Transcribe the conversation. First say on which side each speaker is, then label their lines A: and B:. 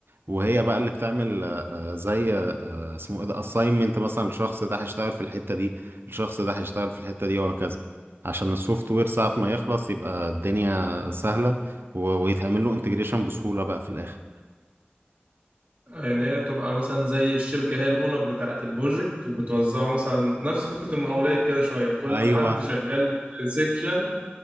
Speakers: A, on the right; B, on the right.
A: وهي بقى اللي بتعمل آه، آه، زي اسمه ايه ده assignment مثلا الشخص ده هيشتغل في الحتة دي الشخص ده هيشتغل في الحتة دي وهكذا عشان السوفت وير ساعة ما يخلص يبقى الدنيا سهلة و- ويتعمل له انتجريشن بسهولة بقى في الآخر
B: إن هي تبقى مثلا زي الشركة هي الأونر بتاعة البروجكت وبتوزعه مثلا نفس فكرة المقاولات كده شوية كل
A: ايوه
B: حد شغال في سيكشن